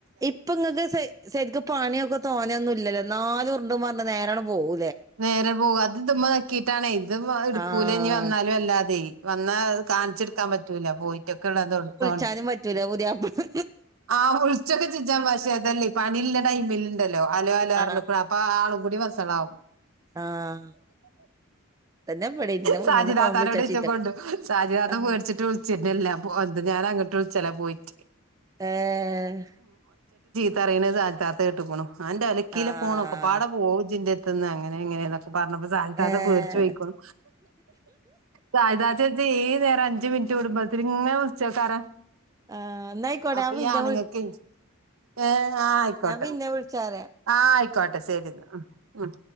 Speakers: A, on the right; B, on the right.
A: ഇപ്പ ഇങ്ങക്ക് സെ സെരിക്ക് പണിയൊക്കെ തോനെയൊന്നും ഇല്ലല്ലോ ഇന്നാലും ഉരിണ്ട് മറഞ്ഞ് നേരങ്ങ് പോവു
B: നേരം പോവും അത് ഇതുമ്മെ നെക്കീട്ടാണെ ഇത് <unintelligible> ഇടുക്കൂല
A: ആഹ്
B: ഇഞ് വന്നാലും അല്ലാതെ വന്നാ കാണിച്ചെടുക്കാൻ പറ്റൂല പോയിറ്റൊക്കെ ഇള്ളതും <unintelligible>
A: ച്ചാനും പറ്റൂല പുതിയാപ്പള
B: ആഹ് ഒളിച്ചൊക്കെ <unintelligible> പഷേ അതല്ലേ പണി ഇള്ള ടൈമില്ണ്ടല്ലോ അലോ അലോ പറിഞ്ഞിക്കണു
A: ആഹ്
B: അപ്പൊ ആളും കൂടി വസളാവും.
A: ആഹ് അതന്നെ ഇവിടേം ഇന്റെ
B: സാജിദാത്താനോട്
A: മുന്നിന്ന് ഫോൺ വിളിച്ചാ
B: ഈച്ചോകോണ്ടു
A: ചീത്ത
B: സാജിദാത
A: ആഹ്
B: പേടിച്ചിട്ട് വിളിച്ചിരുന്നില്ല അപ്പൊ ഒന്ത് ഞാൻ അങ്ങോട്ട് വിൾ ചെലാ പോയിട്ട്
A: ഏഹ്
B: തറീണെ സാജ്താത്ത ക കേട്ട്കുണു ആന്റെ അലക്കിയിലെ
A: ആഹ്
B: പോണോക്കെ പാട പോജിന്റെര്ത്ത്ന്ന് അങ്ങനെ ഇങ്ങനെ ന്നൊക്കെ പർഞ്ഞപ്പോ സാജ്താത്ത
A: ഏഹ്
B: പേട്ച്ചോയ്ക്ക്ണു. സായ്താത്ത ഓയ്ച്ച ഈ നേര് ഒരു അഞ്ച് മിനിറ്റ് കൂടുമ്പോത്ന് ഇങ്ങെ വിളിച്ചോ കാര
A: ആഹ് എന്നായിക്കോട്ടെ
B: അപ്പ
A: ഞാൻ പിന്നെ
B: ഈ ആണ്ങ്ങക്ക്ൻജ് ഏഹ് ആഹ് ആയിക്കോട്ടെ
A: ഞാ പിന്നെ വിൾച്ചാറ്
B: ആഹ് അയിക്കോട്ടെ ശെരിന്ന ഉം ഉം